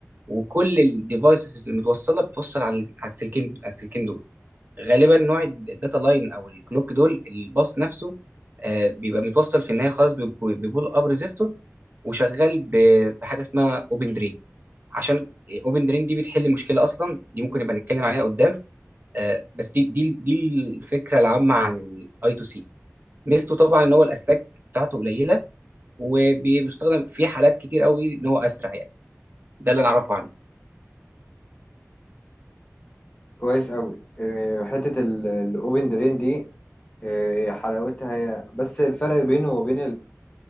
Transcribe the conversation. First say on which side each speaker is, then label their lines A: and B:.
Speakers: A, on the right; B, on the left.
A: وكل الديفايسز المتوصله بتوصل على على السلكين على السلكين دول غالبا نوع الداتا لاين او الكلوك دول الباص نفسه آه، بيبقى متوصل في النهايه خالص بب- ببول اب ريزيستور وشغال ب- بحاجه اسمها اوبن درين عشان اوبن درين دي بتحل مشكله اصلا دي ممكن يبقى نتكلم عليها قدام آه، بس دي دي دي الفكره العامه عن الاي تو سي ميزته طبعا ان هو الاسلاك بتاعته قليله وبيستخدم في حالات كتير قوي ان هو اسرع يعني ده اللي انا اعرفه عنه
B: كويس قوي آه، حتة الاوبن درين دي آه، حلاوتها هي بس الفرق بينه وبين